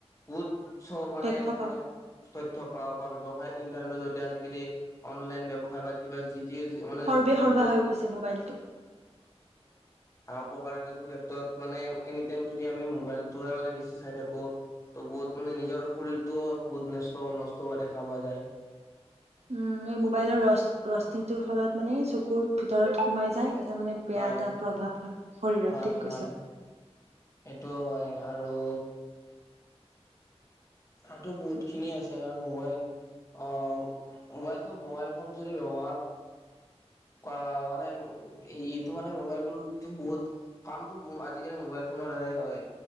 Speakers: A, on the left; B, on the right.
A: বুত চ মানে
B: তথ্য
A: ধ
B: পাওঁ
A: তথ্য পাও বা ব্যয়ৱসায় ইন্টাৰনেটৰ জৰিতে আজিকালি অনলাইন ব্যয়ৱসায় বা কিবা যি মানে
B: সৰ্বে
A: যগ
B: সৰ্বা হৈ গৈছে মোবাইলটো।
A: অপকাৰিতা ক্ষেত্ৰত মানে এনি টাইম যদি আমি মোবাইলটোৱে মানে চাই থাকো ত বহুত মানে নিজৰ শৰীৰতটোও বহুত নষ্ট-নষ্ট হোৱা দেখা পোৱা যায়। <inaudible>
B: উম, এই মোবাইলৰ ৰ ৰশ্মীটোৰ ফলত মানে চকুৰত ভিতৰত সোমাই যায়। তাৰ মানে বেয়া
A: হয়
B: এটা প্ৰভাৱ হয় শৰীৰত
A: হয়
B: ঠিক
A: হয়
B: কৈছা।
A: এইটোও হয় আৰু তাতটো বহুত খিনি আছে কাৰণ মোবাইল অ, মোবাইলটো মোবাইল ফোন যদি ব্যৱহাৰ অ, মানেটো মানে মোবাইল ফোন বহুত কামটো আজিকালি মোবাইল ফোন দ্বাৰাই হয়